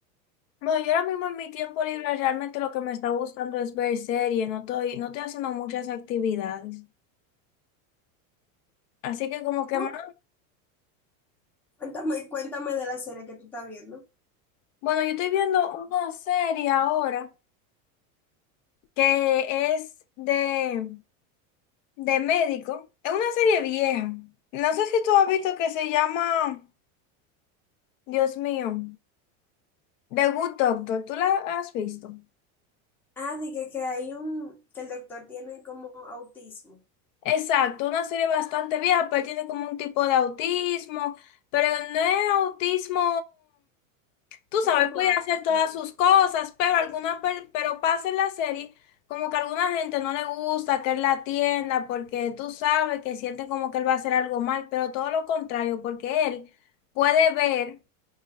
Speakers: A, on the left; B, in the centre.
A: Bueno, yo ahora mismo en mi tiempo libre realmente lo que me está gustando es ver series, no estoy, no estoy haciendo muchas actividades. Así que como que
B: Oh,
A: más,
B: Cuéntame, cuéntame de la serie que tú estás viendo.
A: bueno, yo estoy viendo una serie ahora que es de, de médico. Es una serie vieja. No sé si tú has visto que se llama, Dios mío. The Good Doctor, ¿tú la has visto?
B: Ah, dije que hay un, que el doctor tiene como autismo.
A: Exacto, una serie bastante vieja, pero tiene como un tipo de autismo, pero no es autismo, tú
B: Es
A: sabes,
B: como
A: puede
B: Asperger.
A: hacer todas sus cosas, pero alguna, per- pero pasa en la serie como que a alguna gente no le gusta que él la atienda porque tú sabes que siente como que él va a hacer algo mal, pero todo lo contrario, porque él puede ver,